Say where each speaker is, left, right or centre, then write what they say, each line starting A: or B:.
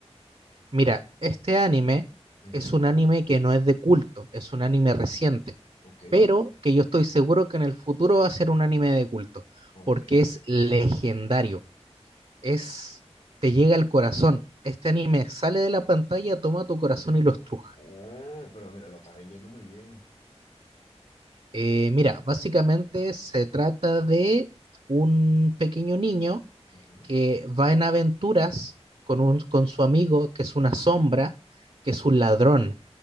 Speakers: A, on the right; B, on the left.
A: Mira, este anime
B: Ujú,
A: es un anime que no es de culto, es un anime reciente,
B: Ok,
A: pero que yo estoy seguro que en el futuro va a ser un anime de culto,
B: ok.
A: porque es legendario, es,
B: ujú.
A: te llega al corazón. Este anime sale de la pantalla, toma tu corazón y lo estruja.
B: Oh, pero mira, lo estás vendiendo muy bien.
A: Eh, mira, básicamente se trata de un pequeño niño
B: Ujú,
A: que va en aventuras con un, con su amigo, que es una sombra, que es un ladrón.